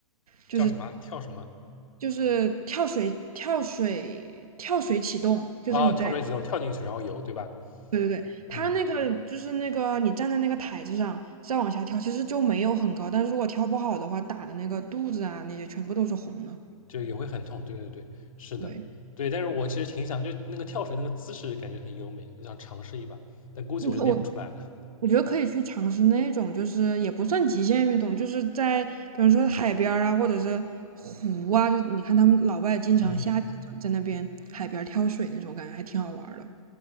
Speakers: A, on the right (about 85°); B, on the left (about 70°).
A: 就是
B: 叫什么啊跳什么
A: 就是跳水、跳水、跳水启动，就是你在。
B: 啊？跳水几动，跳进去然后游，对吧？
A: 对对对，它那个就是那个你站在那个台子上再往下跳，
B: 嗯，
A: 其实就没有很高，但是如果跳不好的话，打的那个肚子啊那些全部都是红的。
B: 就也会很痛。对对对，是的，
A: 对，
B: 对。但是我其实挺想，就那个跳水那个姿势感觉很优美，我想尝试一把，但估计我就练不出来了。
A: 你可我我觉得可以去尝试那种，就是也不算极限运动，就是在比方说海边儿啊，或者是湖啊，就你看他们老外经常夏天就在那边海边儿跳水那种，
B: 嗯嗯，
A: 感觉还挺好玩儿的。